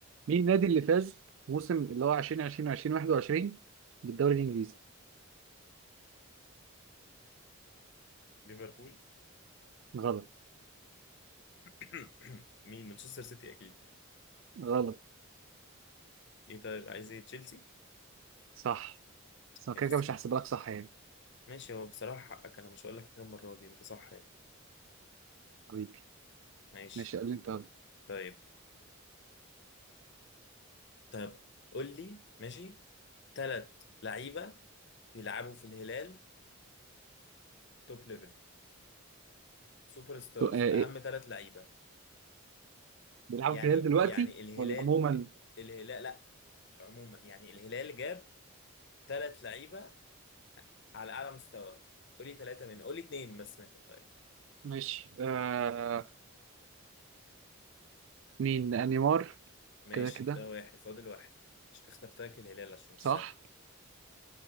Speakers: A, on the right; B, on the left.
A: مين النادي اللي فاز موسم اللي هو 2020 2021 بالدوري الإنجليزي
B: ليفربول
A: غلط
B: <coughs> مين مانشستر سيتي اكيد
A: غلط
B: ايه طيب عايز ايه تشيلسي
A: صح بس أنا
B: يا
A: كده
B: خسارة
A: كده مش هحسب لك صح يعني
B: ماشي هو بصراحة حقك انا مش هقول لك حاجة المرة دي انت صح يعني
A: حبيبي
B: ماشي
A: ماشي قال لي أنت غلط.
B: طيب طيب قول لي ماشي ثلاث لعيبة بيلعبوا في الهلال توب ليفل سوبر ستارز
A: تو- آه، إيه
B: اهم ثلاث لعيبة
A: بيلعبوا
B: يعني
A: في الهلال دلوقتي
B: يعني الهلال
A: ولا عموما
B: الهلال لا عموما يعني الهلال جاب ثلاث لعيبة على اعلى مستوى قول لي ثلاثة منهم قول لي اثنين بس منهم طيب
A: ماشي آه مين آه، نيمار
B: ماشي
A: كده كده
B: ده واحد فاضل واحد مش اخترت لك الهلال عشان مش
A: صح
B: سهل